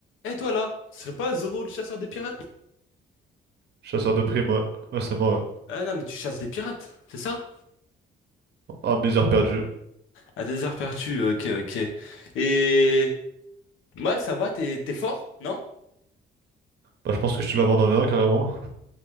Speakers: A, on the left; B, on the right.
A: Eh toi là, tu serais pas Zoro le chasseur des pirates?
B: Chasseur de primes, ouais. Ouais, c'est moi, ouais.
A: Ah non mais tu chasses des pirates, c'est ça?
B: Ah, mes heures perdues.
A: À des heures perdues, ok ok. Et ouais ça va, t'es t'es fort, non?
B: Bah, je pense que je te la vends en V1 carrément.